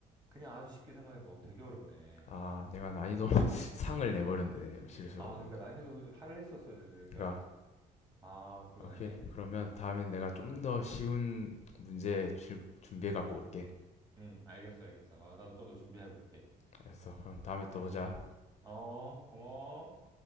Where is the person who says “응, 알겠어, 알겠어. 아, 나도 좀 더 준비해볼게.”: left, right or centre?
Right